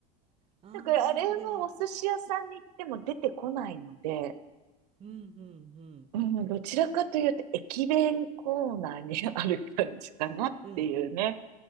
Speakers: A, on the right (about 30°); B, on the right (about 80°).
A: あ
B: だからあれはお寿司屋さんに行っても出てこないので、
A: ー、でも、うん、うん、うん。
B: うん、どちらかというと駅弁コーナーにある感じかなっていうね。
A: うん、